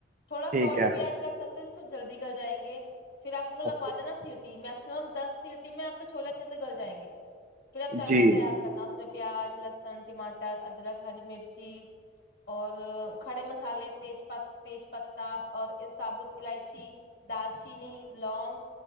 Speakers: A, on the left (about 55°); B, on the right (about 40°).
A: تھوڑے سالٹ
B: ٹھیک ہے
A: بھی ایڈ کر سکتے ہیں سر جلدی کرل جائیں گے پھر آپ کو لگا
B: اوکے
A: دینا سیٹ میکسمم دس سٹی میں آپ کے چھولا اچ چھ سے گل جائیں گے پھر اب
B: جی
A: تڑکا تیار کرنا اس میں پیاز لسن ٹماٹر ادرک ہری مرچی اور کھڑے مسالے تیز پ تیز پ تا اور سابوت الائچی دالچینی لونگ